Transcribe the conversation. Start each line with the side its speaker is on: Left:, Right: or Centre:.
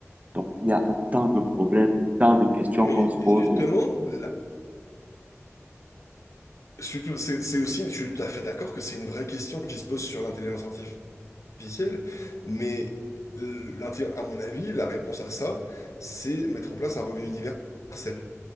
Right: Donc, il y a autant de problèmes, autant de questions
Left: Mais
Right: qu'on se pose.
Left: justement, la- Je suis tout- C'est c'est aussi, je suis tout à fait d'accord que c'est une vraie question qui se pose sur l'intelligence artificielle, mais euh, l'inté- à mon avis, la réponse à ça, c'est mettre en place un revenu universel.